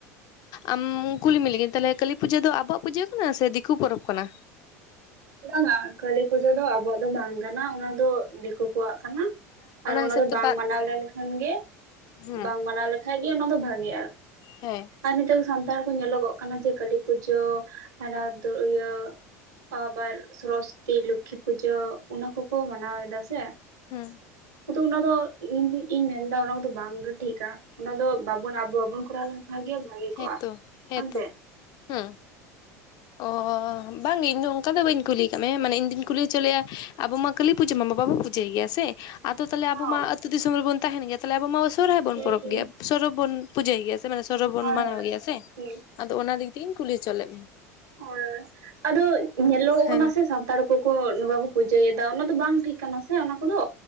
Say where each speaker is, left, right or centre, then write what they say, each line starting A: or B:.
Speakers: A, on the left; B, on the right.
A: ᱟᱢ ᱠᱩᱞᱤᱢᱮ ᱞᱮᱜᱤᱧ ᱛᱟᱦᱚᱞᱮ ᱠᱟᱹᱞᱤ ᱯᱩᱡᱟᱹ ᱫᱚ ᱟᱵᱚᱣᱟᱜ ᱯᱩᱡᱟᱹ ᱥᱮ ᱫᱤᱠᱩ ᱯᱚᱨᱚᱵᱽ ᱠᱟᱱᱟ?
B: ᱵᱟᱝᱼᱟ ᱠᱟᱹᱞᱤ ᱯᱩᱡᱟᱹ ᱫᱚ ᱟᱵᱚᱣᱟᱜ ᱫᱚ ᱵᱟᱝ ᱠᱟᱱᱟ ᱚᱱᱟ ᱫᱚ ᱫᱤᱠᱩ ᱠᱚᱣᱟᱜ ᱠᱟᱱᱟ ᱾ ᱟᱨ ᱚᱱᱟ
A: ᱦᱤᱥᱟᱹᱵ
B: ᱫᱚ
A: ᱛᱮ
B: ᱵᱟᱝ
A: ᱵᱟᱨ
B: ᱢᱟᱱᱟᱣ ᱞᱮᱱᱠᱷᱟᱱ ᱜᱮ
A: ᱦᱩᱸ
B: ᱵᱟᱝ ᱢᱟᱱᱟᱣ ᱞᱮᱠᱷᱷᱟᱡ ᱜᱮ ᱚᱱᱟ ᱫᱚ ᱵᱷᱟᱜᱤᱼᱟ ᱾
A: ᱦᱮᱸ
B: ᱟᱨ ᱱᱤᱛᱚᱜ ᱥᱟᱱᱛᱟᱲ ᱠᱚ ᱧᱮᱞᱚᱜᱚᱜ ᱠᱟᱱᱟ ᱡᱮ ᱠᱟᱞᱤ ᱯᱩᱡᱟᱹ ᱟᱨ ᱤᱭᱟᱹ ᱟᱵᱟᱨ ᱥᱚᱨᱚᱥᱚᱛᱤ ᱞᱚᱠᱠᱷᱤ ᱯᱩᱡᱟᱹ ᱚᱱᱟ ᱠᱚᱠᱚ ᱢᱟᱱᱟᱣ ᱮᱫᱟ ᱥᱮ ᱾
A: ᱦᱮᱸ
B: ᱠᱤᱱᱛᱩ ᱚᱱᱟ ᱠᱚᱫᱚ ᱤᱧ ᱤᱧ ᱢᱮᱱᱫᱟ ᱚᱱᱟ ᱠᱚᱫᱚ ᱵᱟᱝ ᱜᱮ ᱴᱷᱤᱠᱟ ᱾ ᱚᱱᱟ ᱫᱚ ᱵᱟᱵᱚᱱ ᱟᱵᱚ ᱵᱟᱵᱚᱱ ᱠᱚᱨᱟᱣ ᱞᱮᱱᱠᱷᱟᱱ ᱜᱮ ᱵᱷᱟᱜᱮ
A: ᱦᱮᱛᱚ
B: ᱠᱚᱜᱼᱟ
A: ᱦᱮᱛᱚ
B: ᱵᱟᱝ ᱥᱮ
A: ᱦᱩᱸ ᱚ ᱵᱟᱝᱜᱮ ᱤᱧᱫᱚ ᱚᱱᱠᱟ ᱫᱚ ᱵᱟᱹᱧ ᱠᱩᱞᱤ ᱠᱟᱜ ᱢᱮ ᱢᱟᱱᱮ ᱤᱧᱩᱧ ᱠᱩᱞᱤ ᱪᱮᱞᱮᱭᱟ ᱟᱵᱚ ᱢᱟ ᱠᱟᱹᱞᱤ ᱯᱩᱡᱟᱹ ᱢᱟ ᱵᱟᱵᱚ ᱯᱩᱡᱟᱹᱭ ᱜᱮᱭᱟ ᱥᱮ ᱟᱫᱚ ᱛᱟᱦᱚᱞᱮ ᱟᱵᱚ
B: ᱦᱳᱭ
A: ᱢᱟ ᱟᱹᱛᱩ ᱫᱤᱥᱚᱢ ᱨᱮᱵᱚᱱ ᱛᱟᱦᱮᱱ ᱜᱮᱭᱟ ᱛᱟᱦᱚᱞᱮ ᱟᱵᱚ ᱢᱟ ᱥᱚᱨᱦᱟᱭ ᱵᱚᱱ
B: ᱦᱩᱸ
A: ᱯᱚᱨᱚᱵᱽ
B: ᱦᱩᱸ
A: ᱜᱮᱭᱟ ᱥᱚᱨᱚᱵᱽ ᱵᱚᱱ ᱯᱩᱡᱟᱹᱭ ᱜᱮᱭᱟ ᱾ ᱥᱮ ᱢᱟᱱᱮ ᱥᱚᱨᱚ ᱵᱚᱱ
B: ᱦᱳᱭ
A: ᱢᱟᱱᱟᱣ ᱜᱮᱭᱟ ᱥᱮ
B: ᱦᱳᱭ
A: ᱟᱫᱚ ᱚᱱᱟ ᱞᱟᱹᱜᱤᱫ ᱛᱮᱜᱤᱧ ᱠᱩᱞᱤ ᱦᱚᱪᱚ ᱞᱮᱫ ᱢᱮ ᱾
B: ᱦᱳᱭ ᱟᱫᱚ ᱧᱮᱞᱚᱜ
A: ᱦᱮᱸ
B: ᱠᱟᱱᱟ ᱥᱮ ᱥᱟᱱᱛᱟᱲ ᱠᱚ ᱱᱚᱝᱠᱟ ᱠᱚ ᱯᱩᱡᱟᱹᱭᱮᱫᱟ ᱚᱱᱟ ᱫᱚ ᱵᱟᱝ ᱴᱷᱤᱠ ᱠᱟᱱᱟ ᱥᱮ ᱚᱱᱟ ᱠᱚᱫᱚ